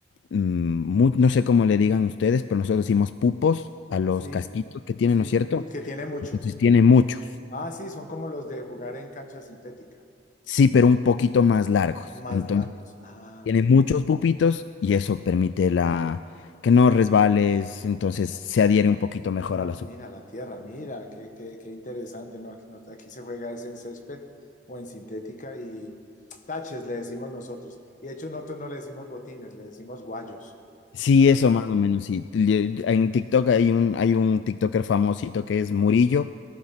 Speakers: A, on the left; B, on the left.
A: mm, mu- no sé cómo le digan ustedes, pero nosotros decimos pupos a los
B: Sí,
A: casquitos que tienen,
B: sí,
A: ¿no es cierto?
B: muy- que tiene muchos.
A: Entonces tiene mucho.
B: Ah, sí, son como los de jugar en cancha sintética,
A: Sí, pero un poquito más largos.
B: más
A: Entonces,
B: largos. Ah,
A: tiene
B: mira.
A: muchos pupitos y eso permite la que no resbales, entonces se adhiere un poquito mejor
B: Ah,
A: a la sup-
B: mira, la tierra, mira, qué, qué, qué interesante, ¿no? Aquí, no- aquí se juega es en césped o en sintética y taches le decimos nosotros. Y de hecho nosotros no le decimos botines, le decimos guayos
A: Sí,
B: a los
A: eso
B: árboles.
A: más o menos, sí. Le- En TikTok hay un, hay un TikToker famosito que es Murillo